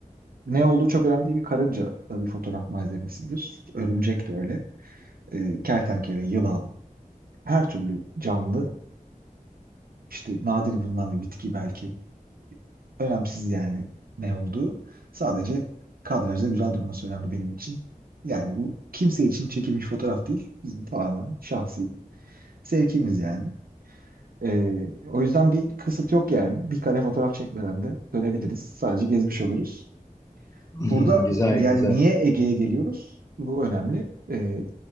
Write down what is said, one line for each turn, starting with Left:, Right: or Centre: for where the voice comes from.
Right: ne olduğu çok önemli değil. Bir karınca da bir fotoğraf malzemesidir. Örümcek de öyle. E, kertenkele, yılan, her türlü canlı İşte nadir bulunan bir bitki belki. Önemsiz yani ne olduğu. Sadece kadrajda güzel durması önemli benim için. Yani bu kimse için çekilmiş fotoğraf değil. Bizim tamamen şahsi sevkimiz yani. Ee, o yüzden bir kısıt yok yani. Bir kare fotoğraf çekmeden de dönebiliriz. Sadece gezmiş oluruz.
Left: <laughs>
Right: Burada
Left: Güzel,
Right: yani
Left: güzel.
Right: niye Ege'ye geliyoruz? Bu önemli. Ee,